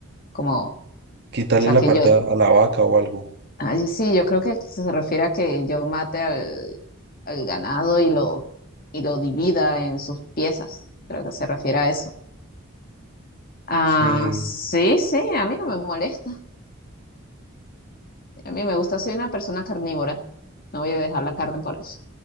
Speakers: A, on the left; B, on the right.
A: como, o
B: quitarle
A: sea,
B: la
A: que
B: parte
A: yo,
B: a, a la vaca o algo.
A: ay, sí, yo creo que se refiere a que yo mate al, al ganado y lo, y lo divida en sus piezas. Creo que se refiere a eso. Ah,
B: Sí,
A: sí, sí, a mí no me molesta. A mí me gusta, soy una persona carnívora. No voy a dejar la carne por eso.